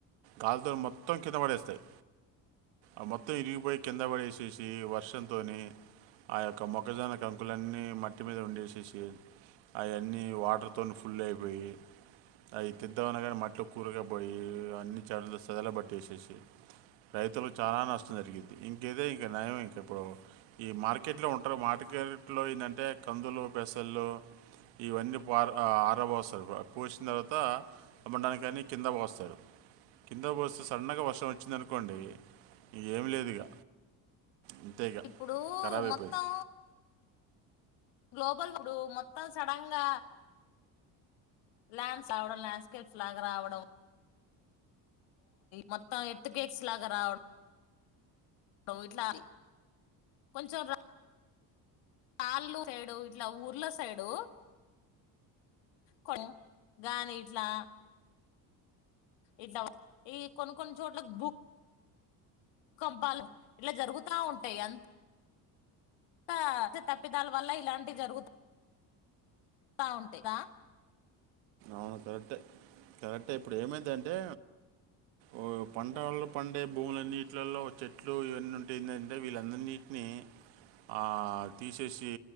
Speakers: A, on the right (about 80°); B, on the left (about 75°).
A: గాలితోలు మొత్తం కింద పడేస్తయి అబత్ ఇరిగిపోయి కింద పడేసేసి వ హర్షంతోని ఆ యొక్క మొక్కజన కం కుకులన్నీ మట్టి మీద వండేసేసి అవిన్నీ వాటర్తో ఫుల్ అయిపోయి అవి తెిద్దామన్నా కానీ మట్టిలో కూరకపోయి అన్నీ చెట్లు సదలబట్టేసేసి రైతులు చాలా నష్టం కేదా ఇ కన్నాయ అ కప్పుడో ఈ మార్కెట్లో ఉంటారు మార్కెట్లో ఏంటంటే కందులు పెసళ్ళు ఇవన్నీ ఆరాబ వస్తారు పోసిన తర్వాత అమ్మడాని కానీ కింద పోస్తారు కింద బస్ సడన్నగా వర్షం వచ్చి వచ్చందనుకోండి ఇ ఏం లేదు ఇక అంతే ఇక
B: ఇప్పుడు
A: ఖరాబ్ అయిపోయిద్ది
B: మొత్తం గ్లోబల్ ఇపుడు మొత్తం సడన్ గా లన్స్ ఆవడం ల్యాండ్స్కేప్ ఫ్లాగర్ ఆవడం మొత్తం ఎత్తు కేక్స్ లాగా రావడం ఇట్లా కొంచెం కాళ్ళ సైడు ఇట్లా ఊర్లో సైడు కొ గానీ ఇట్లా ఇలా ఈ కొన్ని కొన్ని చోట్ల భూ భూకంపాలు ఇట్లా జరుగుతా ఉంటాయి ఎంత ఆ ఇ తప్పిదాల వల్ల ఇలాంటి జరుగుతా ఉంటాయ్ రా,
A: అను కరెక్టే కరెక్ టే ఇప్పుడు ఏమైదంటే ఓ పం టళ్లో పండే భూములన్నిటిలల్లో చెట్లు ఇవన్నీ ఉంటేందంటే వీళ్ళందన్నిటిని ఆ తీసేసి